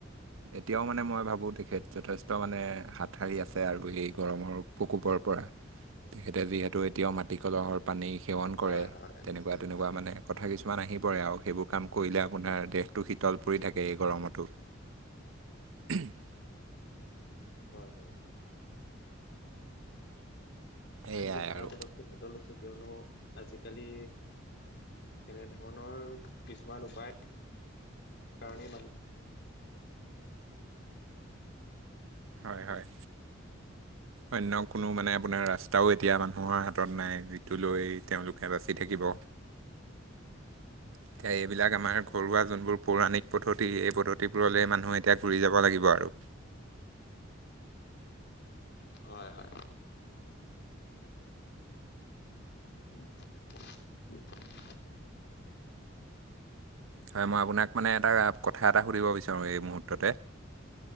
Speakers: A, on the right; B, on the left.
A: এতিয়াও মানে মই ভাবোঁ তেখেত যথেষ্ট মানে হাত সাৰি আছে আৰু, এই গৰমৰ প্ৰকোপৰ পৰা, তেখেতে যিহেতু এতিয়াও মাটি কলহৰ পানী সেৱন
B: হয়
A: কৰে,
B: হয়
A: তেনেকুৱা তেনেকুৱা মানে। কথা কিছুমান আহি পৰে আৰু, সেইবোৰ কাম কৰিলে আপোনাৰ দেহটো শীতল পৰি থাকে এই গৰমতো। <inaudible>
B: হয় হয়।
A: এয়াই
B: এ বহুত ভাল
A: আৰু
B: পদক্ষেপ হাতত লৈছে কিয়নো আজিকালি এনেধৰণৰ কিছুমান উপায় কাৰণেই মানুহ
A: হয় হয়।
B: <inaudible>
A: অন্য কোনো মানে আপোনাৰ ৰাস্তাও এতিয়া মানুহৰ হাতত নাই যিটো লৈ তেওঁলোকে বাচি থাকিব। এতিয়া এইবিলাক আমাৰ ঘৰুৱা যোনবোৰ পৌৰাণিক পদ্ধতি, এই পদ্ধতিবোৰলৈ মানুহে এতিয়া ঘূৰি যাব লাগিব আৰু।
B: হয় হয়। <inaudible> <inaudible>
A: হয় মই আপোনাক মানে এটা কথা এটা সুধিব বিচাৰোঁ এই মুহূৰ্ততে।